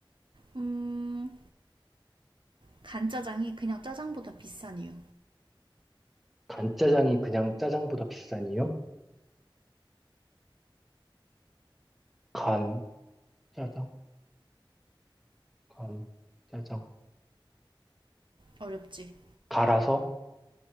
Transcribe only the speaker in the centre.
간짜장이 그냥 짜장보다 비싼 이유? 간, 짜장, 간, 짜장.
갈아서?